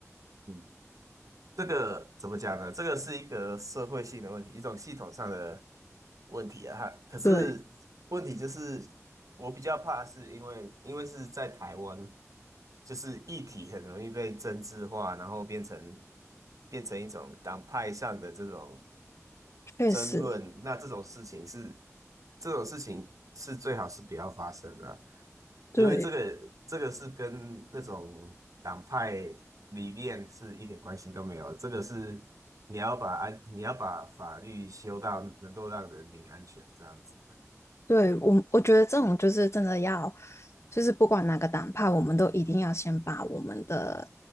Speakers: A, on the right (about 85°); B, on the left (about 55°).
A: 嗯。这个怎么讲呢？这个是一个社会性的问题，一种系统上的问题啊。哈可是问题就是，
B: 对。
A: 我比较怕是因为，因为是在台湾，就是议题很容易被政治化，然后变成变成一种党派上的这种
B: 确实，
A: 争论，那这种事情是这种事情是最好是不要发生的啊因为这个这个是跟那种党派
B: 对
A: 理念是一点关系都没有，这个是你要把安你要把法律修到能够让人民安全这样子，
B: 对，我我觉得这种就是真的要，就是不管哪个党派，我们都一定要先把我们的